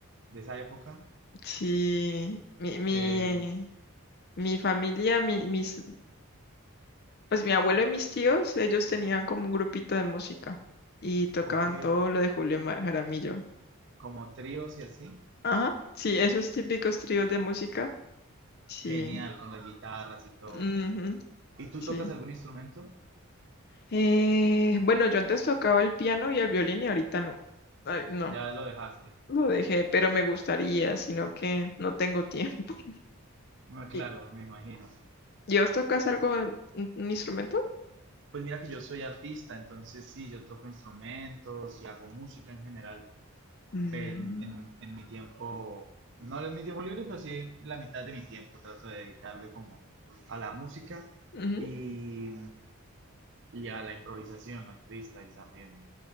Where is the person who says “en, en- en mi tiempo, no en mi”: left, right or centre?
Right